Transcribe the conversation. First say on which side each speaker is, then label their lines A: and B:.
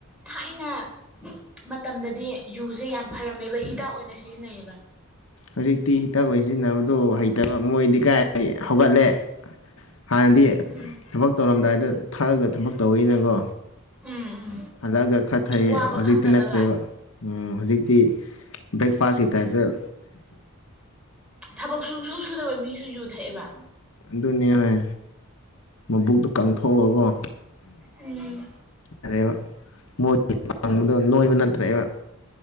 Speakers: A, in the centre; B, on the left.
A: ꯊꯥꯏꯅ ꯃꯇꯝꯗꯗꯤ ꯌꯨꯁꯦ ꯌꯥꯝ ꯐꯔꯝꯃꯦꯕ ꯍꯤꯗꯥꯛ ꯑꯣꯏꯅ ꯁꯤ ꯅꯩꯕ
B: ꯍꯧꯖꯤꯛꯇꯤ ꯍꯤꯇꯥꯛ ꯑꯣꯏꯅ ꯁꯤꯖꯤꯟꯅꯕꯗꯣ ꯍꯩꯇꯕ ꯃꯣꯏꯗꯤ ꯀꯥꯏ ꯍꯧꯒꯠꯂꯦ ꯍꯥꯟꯅꯗꯤ
A: ꯎꯝ
B: ꯊꯕꯛ ꯇꯧꯔꯝꯗꯥꯏꯗ ꯊꯛꯂꯥꯒ ꯊꯕꯛ ꯇꯧꯏꯅꯀꯣ
A: ꯎꯝ ꯎꯝ
B: ꯍꯜꯂꯛꯑꯒ ꯈꯔ ꯊꯛꯩꯑꯌꯦ
A: ꯋꯥꯕ
B: ꯍꯧꯖꯤꯛꯇꯤ
A: ꯈꯪꯗꯅꯕ
B: ꯅꯠꯇ꯭ꯔꯦꯕ ꯍꯧꯖꯤꯛꯇꯤ ꯕ꯭ꯔꯦꯛꯐꯥꯁꯒꯤ ꯇꯥꯏꯞꯗ
A: ꯊꯕꯛ ꯁꯨꯡꯁꯨ ꯁꯨꯗꯕ ꯃꯤꯁꯨ ꯌꯨ ꯊꯛꯑꯦꯕ
B: ꯑꯗꯨꯅꯦ ꯍꯣꯏ ꯃꯕꯨꯛꯇꯣ ꯀꯪꯊꯣꯛ ꯊꯣꯛꯔꯒꯣ
A: ꯎꯝ
B: ꯌꯥꯔꯦꯕ ꯃꯣꯏ ꯍꯥꯡꯕꯗꯣ ꯅꯣꯏꯕ ꯅꯠꯇ꯭ꯔꯦꯕ